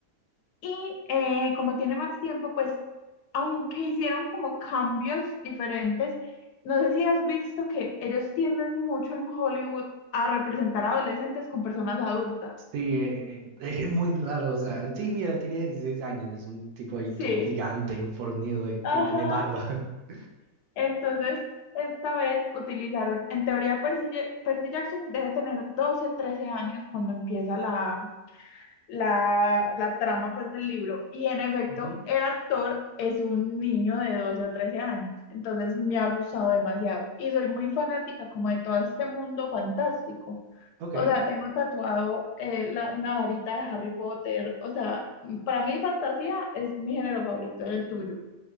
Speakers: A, on the left; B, on the right.
A: Y eh, como tiene más tiempo, pues aunque hicieron como cambios diferentes, no sé si has visto que ellos tienden mucho en Hollywood a representar adolescentes con personas adultas.
B: Sí, eh, eh, <laughs> es muy raro, o sea, sí, mira, él tiene 16 años, es un tipo ahí
A: Sí,
B: todo gigante y fornido y,
A: ajá.
B: y tiene barba. <laughs>
A: Entonces, esta vez utilizaron, en teoría, Percy, Ja- Percy Jackson debe tener 12, 13 años cuando empieza la la, la trama pues del libro y en efecto
B: Ujú,
A: el actor es un niño de 12 o 13 años, entonces me ha gustado demasiado y soy muy fanática como de todo este mundo fantástico.
B: Ok.
A: O sea, tengo tatuado eh, la- una varita de Harry Potter. O sea, para mí fantasía es mi género favorito, el tuyo.